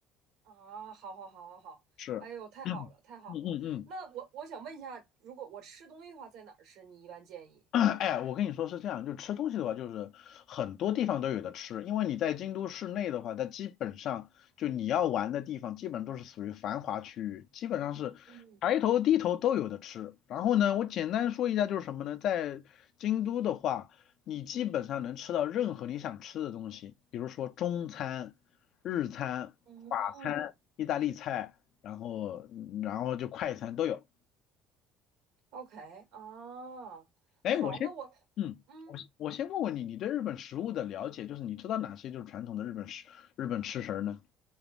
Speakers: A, on the right; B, on the left.
A: 啊，好好好好好，
B: 是，
A: 哎呦，太好了，
B: <clears throat> 嗯嗯嗯。
A: 太好了。那我我想问一下，如果我吃东西的话，在哪儿吃？你一般建议？
B: <clears throat> 哎，我跟你说是这样，就吃东西的话，就是很多地方都有的吃，因为你在京都市内的话，它基本上就你要玩的地方，基本都是属于繁华区域，基本上是抬头低头都有的吃。
A: 嗯
B: 然后呢，我简单说一下就是什么呢，在京都的话，你基本上能吃到任何你想吃的东西，比如说中餐、日餐、
A: 嗯
B: 法餐、意大利菜，然后嗯然后就快餐都有。
A: ，OK 啊，
B: 哎，
A: 好，
B: 我先，
A: 那我
B: 嗯，
A: 嗯。
B: 我先我先问问你，你对日本食物的了解，就是你知道哪些就是传统的日本食日本吃食儿呢？